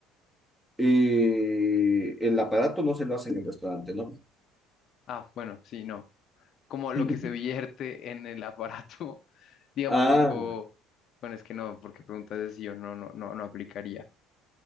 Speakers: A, in the centre; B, on the left.
A: Eh, el aparato no se lo hace en el restaurante, ¿no?
B: Ah, bueno, sí, no. Como lo
A: <laughs>
B: que se vierte en el aparato, <laughs> digamos,
A: Ah,
B: tipo, bueno, es que no, porque preguntas es si yo no, no, no, no aplicaría.